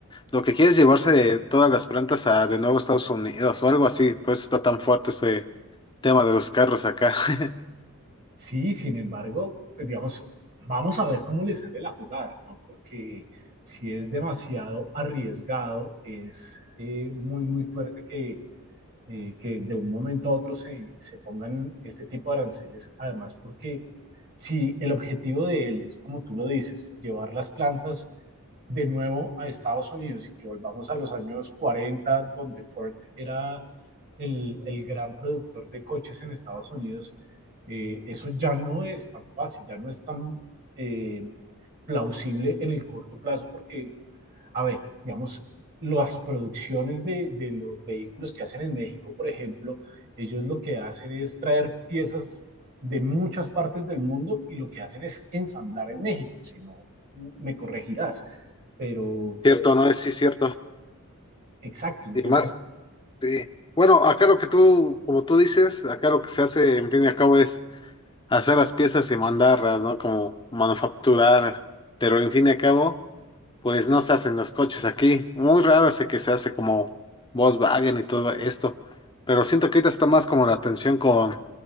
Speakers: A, on the left; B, on the right.
A: lo que quiere es llevarse todas las plantas a de nuevo Estados Unidos o algo así. Pues está tan fuerte este tema de los carros acá. <laughs>
B: Sí, sin embargo, pues digamos, vamos a ver cómo les sale la jugada, ¿no? Porque si es demasiado arriesgado, es eh, muy, muy fuerte que eh, que de un momento a otro se, se pongan este tipo de aranceles, además porque si el objetivo de él es, como tú lo dices, llevar las plantas de nuevo a Estados Unidos y que volvamos a los años cuarenta donde Ford era el, el gran productor de coches en Estados Unidos, eh, eso ya no es tan fácil, ya no es tan eh, plausible en el corto plazo porque a ver, digamos, las producciones de, de, los vehículos que hacen en México, por ejemplo, ellos lo que hacen es traer piezas de muchas partes del mundo y lo que hacen es ensamblar en México, si no, me corregirás. Pero,
A: Cierto, no es, sí, cierto.
B: exacto, entonces
A: Y más, sí. Bueno, acá lo que tú, como tú dices, acá lo que se hace, en fin y al cabo, es hacer las piezas y mandarlas, ¿no? Como manufacturar. Pero en fin y al cabo, pues no se hacen los coches aquí. Muy raro ese que se hace como Volkswagen y todo esto. Pero siento que ahorita está más como la atención con